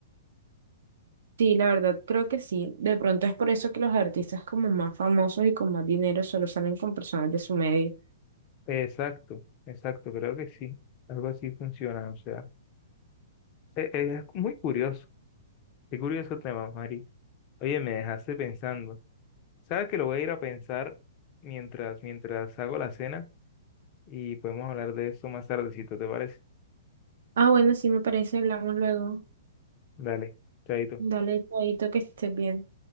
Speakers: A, on the right; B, on the left.
A: Sí, la verdad creo que sí. De pronto es por eso que los artistas como más famosos y con más dinero solo salen con personas de su medio.
B: Exacto, exacto, creo que sí. Algo así funciona, o sea, e- e, es, muy curioso, qué curioso tema, Mari. Oye, me dejaste pensando. Sabes que lo voy a ir a pensar mientras, mientras hago la cena y podemos hablar de eso más tardecito, ¿te parece?
A: Ah, bueno, sí me parece, hablamos luego.
B: Dale, chaito.
A: Dale, chaito, que estés bien.